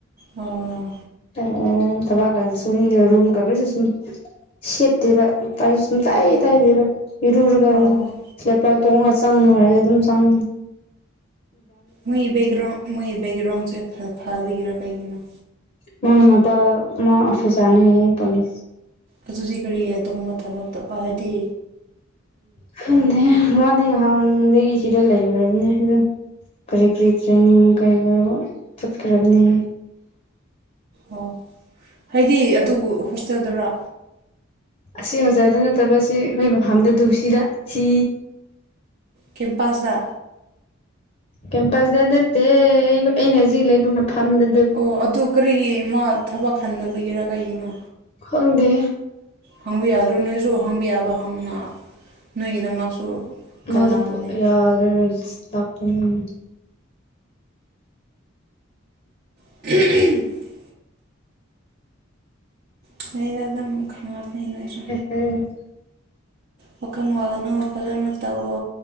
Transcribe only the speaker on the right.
ꯑꯣꯥ
ꯑꯥ
ꯑꯣ
ꯃꯣꯏ ꯕꯦꯛꯒ꯭ꯔꯥꯎꯟ ꯃꯣꯏ ꯕꯦꯛꯒ꯭ꯔꯥꯎꯟꯖꯦ ꯐ ꯐꯕꯒꯤꯔ ꯀꯩꯒꯤꯅꯣ
ꯑꯗꯨꯗꯤ ꯀꯔꯤꯒꯤ ꯑꯗꯨꯒꯨꯝꯕ ꯊꯕꯛꯇ ꯑꯗꯤ
ꯑꯣ ꯍꯥꯏꯗꯤ ꯑꯗꯨ ꯍꯣꯁꯇꯦꯜꯗꯔꯣ
ꯀꯦꯝꯄ꯭ꯁꯇ
ꯑꯣ ꯑꯗꯨ ꯀ꯭ꯔꯤꯒꯤ ꯃꯥ ꯊꯕꯛ ꯈꯟꯗꯕꯒꯤꯔ ꯀꯩꯒꯤꯅꯣ
ꯍꯪꯕ ꯌꯥꯗ꯭ꯔꯣ ꯅꯣꯏꯁꯨ ꯍꯪꯕꯤ ꯌꯥꯕ ꯍꯪꯉꯣꯅ ꯅꯣꯏꯒꯤꯗꯃꯛꯁꯨ ꯀꯥꯟꯅꯒꯅꯤ
<unintelligible> ꯁꯤꯗꯩꯗ ꯑꯗꯨꯝ ꯈꯪꯉꯥꯛꯀꯅꯤ ꯅꯣꯏꯁꯨ
ꯋꯥꯈꯜ ꯋꯥꯒꯅꯣ ꯐꯖꯅ ꯇꯧꯋꯣ